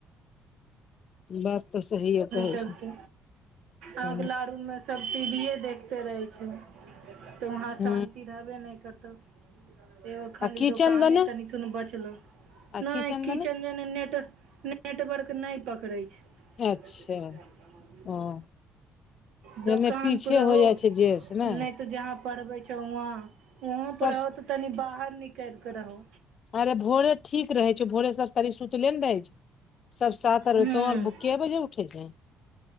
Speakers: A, on the left; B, on the right.
A: बात तऽ सहिए कहै
B: चलते
A: छै
B: अगला
A: ह
B: रूम मे सब टी वीे ये देखते रहै छ तऽ वहाँ
A: ह
B: शान्ति रहबे नहि करतौ एगो खाली
A: आ किचन
B: दूकाने
A: दने
B: तनी सुन बचलो
A: आ
B: नहि किचन
A: दने
B: नेट नेटवर्क नहि पकड़े छै
A: अच्छा
B: पल क छल
A: ओ
B: <inaudible> दोकानपर
A: एने पीछे
B: रहो
A: हो जाइ
B: नहि
A: छै जेस ने
B: त जहाँ पढ़बे छौ वहं वहं
A: सब
B: रहो त तनी बाहर निकल के रहो
A: अरे भोरे ठीक रहै छै भोरे सब तनी सुतले ने रहै छै सब साात अरबे
B: हूँ
A: तो आर क बजे उठे छै